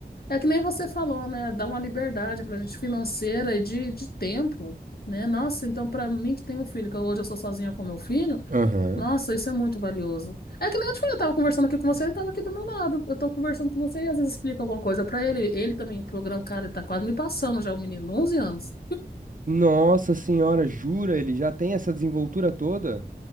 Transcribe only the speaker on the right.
Aham.
Nossa senhora, jura? Ele já tem essa desenvoltura toda?